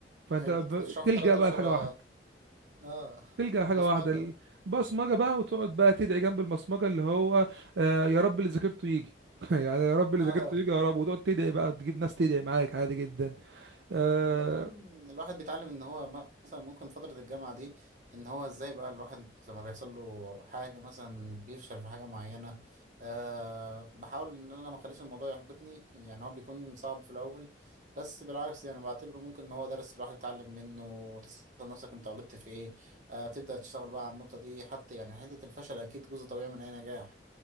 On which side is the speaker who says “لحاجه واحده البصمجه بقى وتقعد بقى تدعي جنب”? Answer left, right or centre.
Right